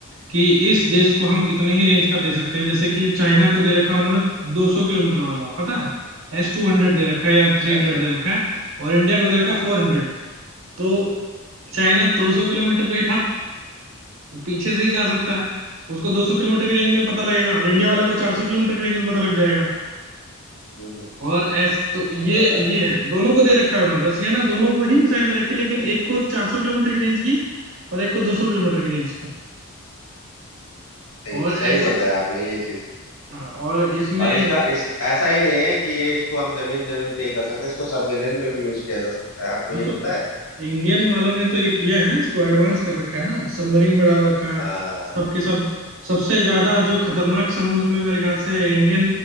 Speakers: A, on the right; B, on the left.
A: कि इस देश को हम इतने ही रेंज का दे सकते हैं जैसे कि चाइना को दे रखा है उन्होंने 200 किलोमीटर वाला पता है एस टू हंड्रेड दे रखा है या
B: अच्छा
A: थ्री हंड्रेड
B: अच्छा
A: दे रखा है और इंडिया को दे रखा है फोर हंड्रेड तो चाइना 200 किलोमीटर पे ही ठप वो पीछे से ही जा सकता है उसको 200 किलोमीटर की रेंज में पता लगेगा और इंडिया वाले को 400 किलोमीटर की रेंज में पता लग जाएगा
B: हम्म हम्म,
A: और ऐसे तो ये
B: सही बता
A: ये
B: रहा
A: है दोनों को दे रखा है उन्होंने रसिया ना दोनों को ही मिसाइल दे रखी है, लेकिन एक को 400 किलोमीटर की रेंज की और एक को 200 किलोमीटर की रेंज की
B: सही
A: और
B: है, सही
A: ऐसे
B: बताया आपने ये चीज
A: हाँ, और इसमें
B: और इसका इस ऐसा ही नहीं है कि ये इसको हम जमीन जमीन पे ही कर सकते हैं इसको सबमरीन में भी यूज किया जा सकता है आपको
A: हाँ,
B: ये
A: तो
B: पता है
A: इंडियन वालों ने तो ये किया है ना इसको एडवांस कर रखा है ना सबमरीन में डाल रखा है
B: आ,
A: सबके सब सबसे ज्यादा जो खतरनाक समुद्र में मेरे ख्याल से इंडियन